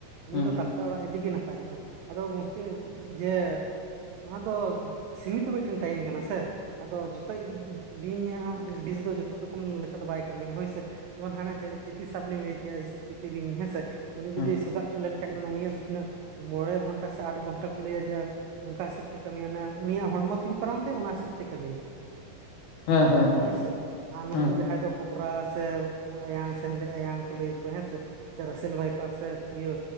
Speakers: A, on the right (about 85°); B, on the left (about 75°).
A: ᱩᱱᱤ
B: ᱦᱮᱸ
A: ᱫᱚ ᱰᱟᱠ- ᱛᱟᱨ ᱚᱲᱟᱜ ᱤᱫᱤ ᱜᱮ ᱱᱟᱯᱟᱭᱚᱜ-ᱟ ᱟᱫᱚ ᱜᱚᱝᱠᱮ ᱡᱮ ᱚᱱᱟ ᱫᱚ ᱥᱤᱢᱤᱛᱚ ᱢᱤᱫᱴᱮᱱ ᱴᱟᱭᱤᱢ ᱠᱟᱱᱟ ᱥᱮ ᱟᱫᱚ ᱡᱚᱛᱚ ᱜᱤ ᱵᱤᱧᱟᱜ ᱵᱤᱥ ᱫᱚ ᱡᱚᱛᱚ ᱨᱚᱠᱚᱢ ᱞᱮᱠᱟ ᱫᱚ ᱵᱟᱭ ᱠᱟᱹᱢᱤᱭᱟ ᱦᱳᱭ ᱥᱮ, ᱡᱮᱢᱚᱱ ᱦᱟᱱᱮ ᱪᱟ ᱪᱤᱛᱤ ᱥᱟᱯ‌ ᱞᱤᱧ ᱞᱟᱹᱭ ᱠᱮᱜ-ᱟ᱾ ᱪᱤᱛᱤ ᱵᱤᱧ ᱦᱮᱸ ᱥᱮ, ᱩᱱᱤ ᱡᱩᱫᱤ
B: ᱦᱮᱸ
A: ᱥᱚᱜᱟᱜ ᱚᱪᱚ ᱞᱮᱱ- ᱠᱷᱟᱡ ᱵᱮᱱ ᱩᱱᱤᱭᱟᱜ ᱫᱚ ᱛᱤᱱᱟᱹᱜ ᱢᱚᱬᱮ ᱜᱷᱚᱱᱴᱟ ᱥᱮ ᱟᱴ ᱜᱷᱚᱱᱴᱟ ᱠᱚ ᱞᱟᱹᱭᱟ ᱡᱮ ᱚᱱᱠᱟ ᱦᱤᱥᱟᱹᱵᱽ ᱛᱮᱭ ᱠᱟᱹᱢᱤᱭᱟ ᱢᱟᱱᱮ ᱩᱱᱤᱭᱟᱜ ᱦᱚᱲᱢᱚ ᱛᱤᱱ ᱯᱟᱨᱟᱢ ᱛᱟᱭᱟ ᱚᱱᱟ ᱦᱤᱥᱟᱹᱵᱽ ᱛᱮᱭ ᱠᱟᱹᱢᱤᱭᱟ᱾
B: ᱦᱮᱸ ᱦᱮᱸ ᱦᱮᱸ
A: ᱦᱳᱭ ᱥᱮ ᱟᱨ ᱱᱩᱠᱩ
B: ᱦᱮᱸ
A: ᱡᱟᱦᱟᱸᱭ ᱫᱚ ᱠᱚᱵᱽᱨᱟ ᱥᱮ ᱯᱩᱬ ᱟᱭᱟᱝ ᱥᱮ ᱦᱮᱸᱫᱮ ᱟᱭᱟᱝ ᱠᱩ ᱞᱟᱹᱭ ᱠᱚᱣᱟ ᱦᱮᱸ ᱥᱮ ᱥᱮᱸ ᱨᱟᱥᱮᱞ ᱵᱟᱭᱯᱟᱨ ᱥᱮ ᱤᱭᱟᱹ